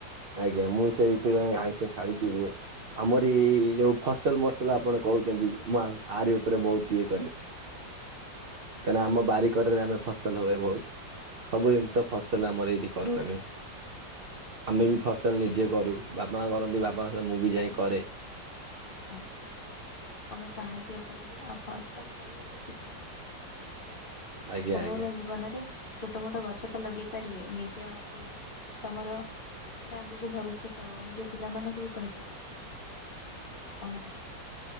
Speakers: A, on the right (about 75°); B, on the left (about 35°).
A: ଆଜ୍ଞା ମୁଁ ସେଇଥିପାଇଁ ଆଇଁଷ ଛାଡିଛିି
B: ଖାଇଲେ
A: ଯେ
B: ହିଁ
A: ଆମର
B: ଦେହ
A: ଏଇ ଯୋଉ ଫସଲ ମସଲା ଆପଣ କହୁଛନ୍ତି ମୁଁ ୟାଙ୍କ-ଆରି ଉପରେ ବହୁତ ଇଏ କରେ। କାହିଁକି ଆମ ବାରିକରରେ ଆମେ ଫସଲ ହୁଏ ବହୁତ ସବୁ ଜିନିଷ ଫସ ତାହେଲେ ଆମର ଏଇଠି କରୁ ଆମେ। ଆମେ ବି ଫସଲ ନିଜେ କରୁ ବାପା କରନ୍ତି ବାପାଙ୍କ ସହିତ ମୁଁ ବି ଯାଇ କରେ।
B: ଆଜ୍ଞା ହଁ ଆପଣ ସାହାଯ୍ୟ କରିବେନା ଆଉ ଫସଲ କରିବା ବି ଶିଖିଯିବେ। ଆପଣ ବ୍ୟସ୍ତ
A: ଆଜ୍ଞା ଆଜ୍ଞା।
B: ବହୁଳ ଜୀବନରେ ଛୋଟ ମୋଟ ଗଛ ତ ଲଗେଇ ପାରିବେ ନିଜ ପିଢି ମାନେ ତମର ଯେତେବେଳେ ଆଗକୁ ଭବିଷ୍ୟତ ହବ। ହବ ନିଜ ପିଲାମାନଙ୍କୁ ବି କହିପାରିବେ ମୋ ବାପା ଏଇ ସବୁ କରୁଥିଲେ ବାପାଙ୍କ ଠାରୁ। <inaudible>